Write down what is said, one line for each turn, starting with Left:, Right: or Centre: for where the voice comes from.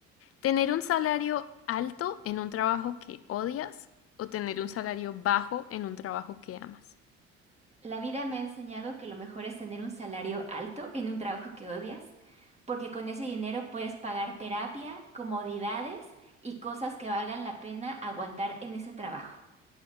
Left: tener un salario alto en un trabajo que odias o tener un salario bajo en un trabajo que amas.
Right: La vida me ha enseñado que lo mejor es tener un salario alto en un trabajo que odias, porque con ese dinero puedes pagar terapia, comodidades y cosas que valgan la pena aguantar en ese trabajo.